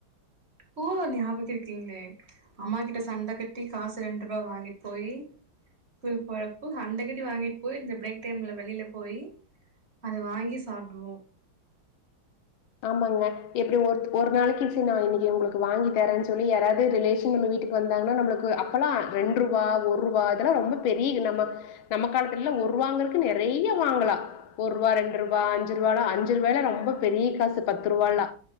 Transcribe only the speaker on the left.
ஆமாங்க இப்டி ஒர்த் ஒரு நாளைக்கு செரி நா இன்னக்கி உங்ளுக்கு வாங்கி தரேன்னு சொல்லி யாராது ரிலேஷன் நம்ம வீட்டுக்கு வந்தாங்னா நம்முளுக்கு அப்பல்லா ரெண்ட்ருவா ஒர்ருவா இதெல்லா ரொம்ப பெரிய நம்ம நம்ம காலத்துல ஒர்ருவாங்கறக்கு நெறைய வாங்கலா ஒர்ருவா ரெண்டு ருபா அஞ்சு ருவாலா அஞ்சு ருவாய்லா ரொம்ப பெரிய காசு பத்துருவாலா